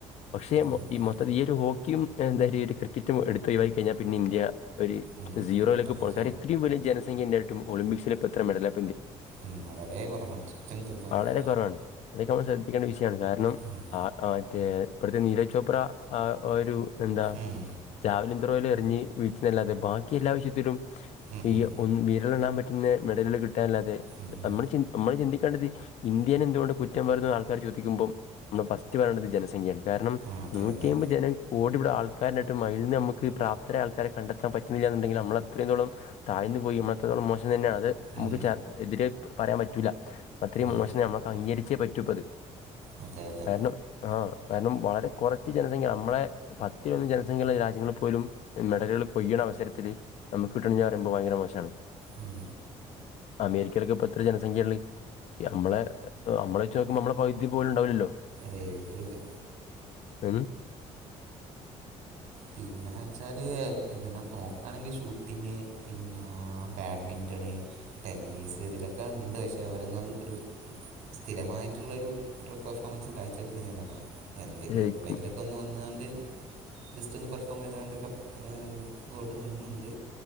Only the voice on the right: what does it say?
എന്താ
പറയുക
ഉം
അട്ടപ്പൂച്ച
ഉം വളരെ കുറവാണ് <unintelligible>
ഉം
ഉം
ഉം
ഉം
ഉം ഉം
ആ അതെ
അതെ
ഉം
ഉം
അതെ അതെ
ഉം
ഏയ് ഒരിക്കലുല്ലാ
പിന്നേച്ചാല് ഇങ്ങനെ നോക്കാണെങ്കില് ഷൂട്ടിംഗ് പിന്നെ ബാഡ്മിന്റ ടണേ ടെന്നീസ് ഇതിലൊക്കെ ഉണ്ട് പക്ഷേ അവരൊന്നും ഒരു സ്ഥിരമായിട്ടുള്ളൊരു ഇത്ര പെർഫോമൻസ് കാഴ്ച്ച വെക്ക്ണ ഞാൻന്നാർഞ്ഞാ എന്തെങ്കിലും
എപ്പഴെങ്കിലൊക്കെ ഒന്ന് വന്നാണ്ട് ജസ്റ്റ് ഒന്ന് പെർഫോം ചെയ്താണ്ട് കപ്പ് ഗോൾഡ് നടുന്നുണ്ട്